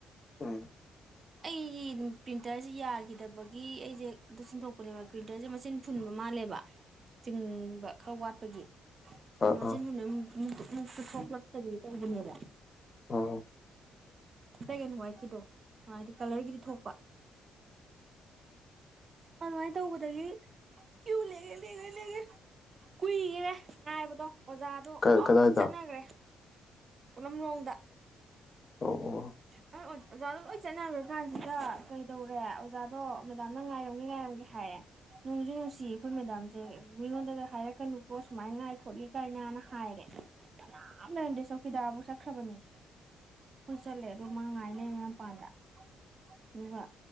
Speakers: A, on the left; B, on the right.
A: ꯎꯝ
B: ꯑꯩ ꯄ꯭ꯔꯤꯟꯇꯔꯁꯦ ꯌꯥꯈꯤꯗꯕꯒꯤ ꯑꯩꯁꯦ ꯑꯗꯨ ꯁꯤꯟꯊꯣꯛꯄꯅꯦꯕ ꯄ꯭ꯔꯤꯟꯇꯔꯁꯦ ꯃꯆꯤꯟ ꯐꯨꯟꯕ ꯃꯥꯜꯂꯦꯕ ꯆꯤꯡꯕ ꯈꯔ ꯋꯥꯠꯄꯒꯤ ꯑꯅꯃꯆꯤꯟ
A: ꯑꯥ ꯑꯥ
B: ꯍꯨꯅ ꯃꯨꯛꯇꯣ ꯃꯨꯛꯇꯣ ꯊꯣꯛꯂꯛꯇꯕꯤꯗꯣ ꯇꯧꯕꯅꯦꯕ <unintelligible>
A: ꯑꯥ
B: ꯕ꯭ꯂꯦꯛ ꯑꯦꯟ ꯋꯥ꯭ꯋꯥꯏꯠꯀꯤꯗꯣꯗꯤ ꯀꯂꯔꯒꯤꯗꯤ ꯊꯣꯛꯄ ꯑꯗꯨꯃꯥꯏꯅ ꯇꯧꯕꯗꯒꯤ ꯀ꯭ꯌꯨ ꯂꯦꯡꯉꯦ ꯂꯦꯡꯉꯦ ꯂꯦꯡꯉꯦ ꯀꯨꯏꯒꯔꯦ ꯉꯥꯏꯕꯗꯣ ꯑꯣꯖꯥꯗꯣ
A: ꯀꯥꯏ
B: ꯂꯣꯏ
A: ꯀꯗꯥꯏꯗ
B: ꯆꯠꯅꯈ꯭ꯔꯦ ꯂꯝꯂꯣꯡꯗ
A: ꯑꯣ ꯑꯣ
B: <unintelligible> ꯑꯣꯖꯥꯗꯣ ꯂꯣꯏ ꯆꯠꯅꯈ꯭ꯔ ꯀꯥꯟꯁꯤꯗ ꯀꯩꯗꯧꯔꯦ ꯑꯣꯖꯥꯗꯣ ꯃꯦꯗꯥꯝꯅ ꯉꯥꯏꯔꯝꯒꯦ ꯉꯥꯏꯔꯝꯒꯦ ꯍꯥꯏꯔꯦ ꯅꯨꯡꯖꯨ ꯅꯨꯡꯁꯤꯌꯦ ꯑꯩꯈꯣꯏ ꯃꯦꯗꯥꯝꯁꯦ ꯃꯤꯉꯣꯟꯗꯒ ꯍꯥꯏꯔꯛꯀꯅꯨꯀꯣ ꯁꯨꯃꯥꯏꯅ ꯉꯥꯏ ꯈꯣꯠꯂꯤ ꯀꯥꯏꯅꯅ ꯍꯥꯏꯔꯦ ꯀꯅꯥꯝ ꯂꯩꯔꯝꯗꯦ ꯆꯧꯀꯤꯗꯥꯔꯐꯧ ꯆꯠꯈ꯭ꯔꯕꯅꯤ ꯆꯠꯂꯦ ꯑꯗꯨ ꯃꯥ ꯉꯥꯏꯅꯩ ꯃꯄꯥꯟꯗ ꯑꯗꯨꯒ